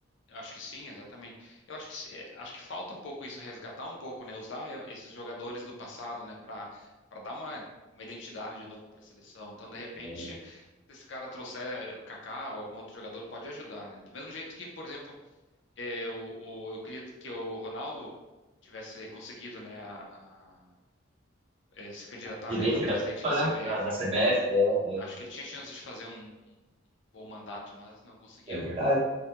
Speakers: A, on the left (about 65°); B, on the right (about 30°).
A: Eu acho que sim, exatamente. Eu acho que se- é, acho que falta um pouco isso, resgatar um pouco, né? Usar eu- esses jogadores do passado, né? Para para dar uma, uma identidade de novo para a seleção. Então, de
B: É,
A: repente, se esse cara trouxer eh, o Kaká ou algum outro jogador, pode ajudar, né? Do mesmo jeito que, por exemplo, eh, o, o- eu queria que o Ronaldo tivesse conseguido, né? A, a- eh, se candidatar,
B: presidente
A: né? Para presidente
B: da FIFA,
A: da CBF,
B: né? Da, da CBF,
A: né?
B: é,
A: Acho que ele tinha chance de fazer um, um um bom mandato, mas não conseguiu,
B: é, é verdade.
A: né?